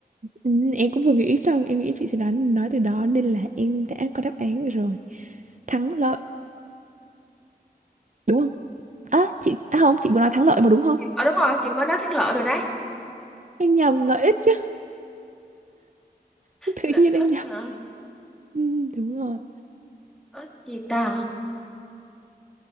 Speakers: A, on the right (about 50°); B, in the centre.
A: Ừ, em cũng vừa nghĩ xong em nghĩ chị sẽ đoán nói từ đó nên là em đã có đáp án rồi thắng lợi đúng không à chị à không chị vừa nói thắng lợi mà đúng không
B: ờ đúng rồi chị mới nói thắng lợi rồi đấy
A: em nhầm lợi ích chứ <laughs> tự
B: lợi
A: nhiên
B: ích
A: em nhầm
B: hả
A: ừ, đúng rồi
B: ích gì ta